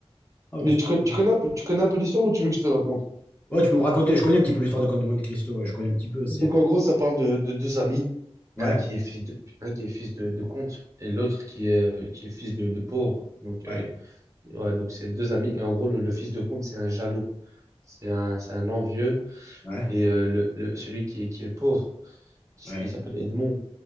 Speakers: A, on the left; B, on the right.
A: Ah, mais
B: Mais
A: c'est
B: tu, con-
A: cool.
B: tu connais un peu, tu connais un peu l'histoire ou tu veux que je te raconte?
A: Ouais, tu peux me raconter, je connais un petit peu l'histoire de Comte de Monte Cristo, ouais, je connais un petit peu, c'est.
B: Donc, en gros, ça parle de, de deux amis,
A: Ouais,
B: un qui est fils de, un qui est fils de, de comte et l'autre qui est, qui est fils de, de pauvre. Donc,
A: ouais,
B: euh, ouais, donc c'est deux amis. Et en gros, le, le fils de comte, c'est un jaloux. C'est un, c'est un envieux.
A: ouais,
B: Et euh, le, le, celui qui est, qui est pauvre, qui
A: ouais,
B: s- il s'appelle Edmond.